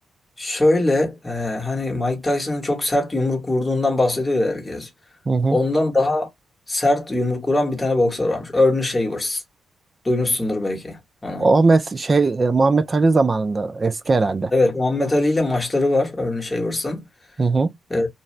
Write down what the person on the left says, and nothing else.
Şöyle e, hani Mike Tyson'ın çok sert yumruk vurduğundan bahsediyor ya herkes.
Ondan daha sert yumruk vuran bir tane boksör varmış. Ernie Shavers. Duymuşsundur belki onu.
Evet Muhammed Ali ile maçları var Ernie Shavers'ın.
Ee,